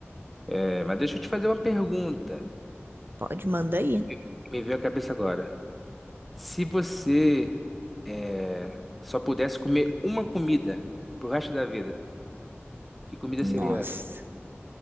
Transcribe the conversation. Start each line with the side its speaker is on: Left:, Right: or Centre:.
Centre: É, mas deixa eu te fazer uma pergunta.
Right: Pode, manda aí.
Centre: Me veio me veio à cabeça agora. Se você é, só pudesse comer uma comida pro resto da vida, que comida
Right: Nossa,
Centre: seria essa?